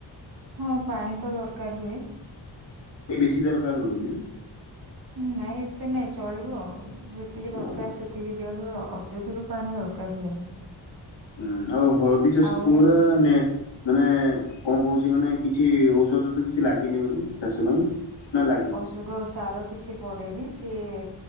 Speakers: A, on the right; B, on the left.
A: ହଁ ପାଣି ତ ଦରକାର ହୁଏ।
B: ଏ ବେଶୀ ଦରକାର ପଡିବ ନା?
A: ନାଇଁ ଏତେ ନାଇଁ ଚଳିବ ଆଉ ଯେତିକି ଦରକାର
B: ନା ହୁଁ
A: ସେ ଏତିକି ଦିଆ ହୁଏ ଅତ୍ୟଧିକ ପାଣି ଦରକାର ହୁଏନି।
B: ହୁଁ ଆଉ ହଳଦୀ ଚାଷ
A: ଆଉ
B: ପୁରା ନେ ମାନେ କଣ କହୁଛି ମାନେ କିଛି ଔଷଧ ତ କିଛି ଲାଗେନି ବୋଧେ ଚାଷ ପାଇଁ ନା ଲାଗେ?
A: ସୁଧ ସାର କିଛି ପଡେନି ସିଏ